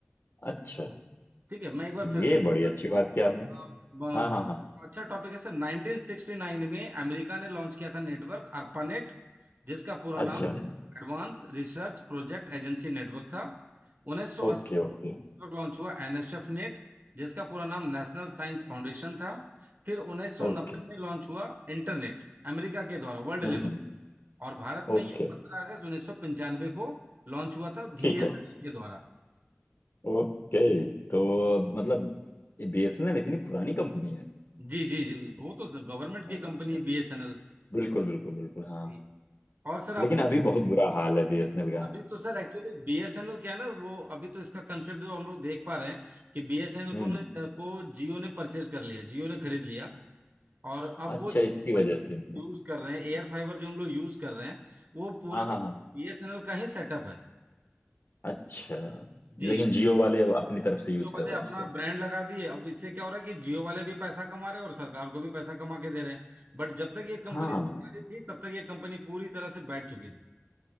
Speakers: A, on the left (about 60°); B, on the right (about 50°).
A: अच्छा
B: ठीक है मैं एक बार फिर
A: ये
B: से
A: बड़ी
B: बता देता
A: अच्छी बात
B: हूँ
A: की आपने
B: अ, ब-
A: हाँ हाँ हाँ
B: अच्छा टॉपिक है सर 1969 में अमेरिका ने लॉन्च किया था नेटवर्क ARPANET जिसका पूरा नाम
A: अच्छा
B: advance research project agency network था 1980
A: Okay
B: नेटवर्क
A: okay
B: लॉन्च हुआ एनएसएफ नेट जिसका पूरा नाम नेशनल साइंस फाउंडेशन था फिर 1990
A: okay
B: में लॉन्च हुआ इंटरनेट अमेरिका के द्वारा वर्ल्ड लेवल
A: हम्म
B: और भारत में
A: ओके
B: ये 15 अगस्त 1995 को लॉन्च हुआ था बीएसएनएल
A: ठीक है
B: के द्वारा
A: ओके तो मतलब बीएसएनएल इतनी पुरानी कंपनी है
B: जी जी जी वो तो गवर्नमेंट की
A: अच्छा
B: कंपनी है बीएसएनएल
A: बिल्कुल बिल्कुल बिल्कुल हाँ
B: जी और सर आप
A: लेकिन
B: कुछ
A: अभी बहुत बुरा हाल है बीएसएनएल का
B: अभी तो सर एक्चुअली बीएसएनएल क्या है ना वो अभी तो इसका कंसेप्ट जो हम लोग देख पा रहे हैं कि बीएसएनएल
A: <laughs> हम्म
B: को ने, को जियो ने परचेज कर लिया जियो ने खरीद लिया और अब
A: अच्छा
B: वो जियो
A: इसकी
B: फाइबर
A: वजह से
B: यूज कर रहे हैं एयर फाइबर जो हम लोग यूज कर रहे हैं वो पूरा
A: हाँ हाँ
B: का
A: हाँ
B: बीएसएनएल का ही सेटअप है
A: अच्छा
B: जी
A: लेकिन जियो वाले अपनी तरफ से यूज
B: जियो
A: कर
B: वाले
A: रहे
B: अपना
A: हैं उसको
B: ब्रांड लगा दिए अब इससे क्या हो रहा है कि जियो वाले भी पैसा कमा रहे हैं और सरकार को भी पैसा कमा के दे रहे हैं बट जब तक ये कंपनी
A: हाँ
B: सरकारी थी तब तक ये कंपनी पूरी तरह से बैठ चुकी थी